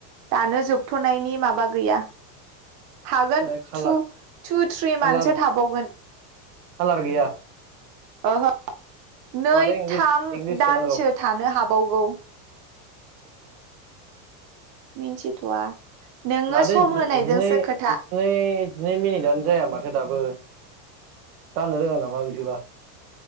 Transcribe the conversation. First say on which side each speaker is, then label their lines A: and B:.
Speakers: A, on the right (about 35°); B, on the right (about 65°).
A: दानो जोबथ'नायनि माबा गैया। थागोन
B: ओ खालार
A: टु टु थ्रि
B: खालार
A: मानसो थाबावगोन।
B: खालार गैया?
A: ओहो नै
B: माथो इंलिस
A: थाम
B: इंलिस
A: दानसो
B: सोनांगौ
A: थानो हाबावगौ।
B: <inaudible>
A: मिन्थिथ'वा नोङो
B: माथो
A: सम
B: जि
A: होनायजोंसो
B: जिनै
A: खोथा।
B: जिनै जिनै मिनिटआनो जाया माथो दाबो। जानो रोङा नामा बिदिबा? <inaudible>